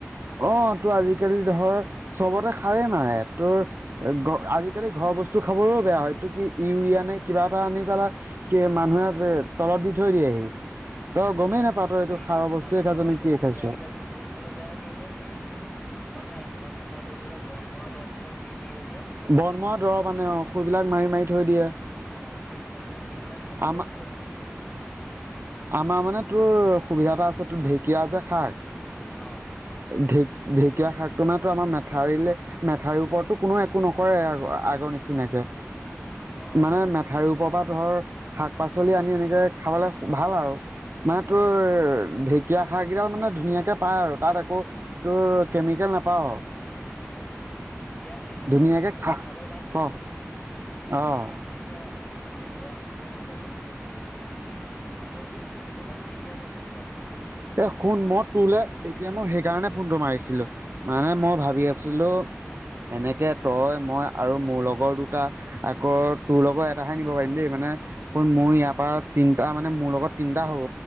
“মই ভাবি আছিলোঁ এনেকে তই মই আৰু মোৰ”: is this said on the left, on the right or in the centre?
Right